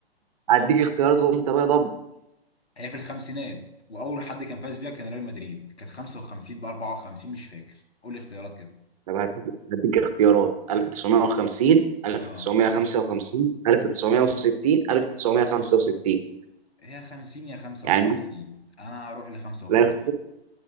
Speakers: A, on the left; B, on the right.
A: ممكن
B: اديك اختيارات وانت بقى ضب
A: هي في الخمسينات واول حد كان فاز بيها كان ريال مدريد كانت 55 ب 54 مش فاكر قول لي اختيارات كده
B: طب هديك هديك اختيارات 1950 1955
A: اه
B: 1960 1965
A: هي 50 يا 55
B: يعني
A: انا هروح ل 55
B: لا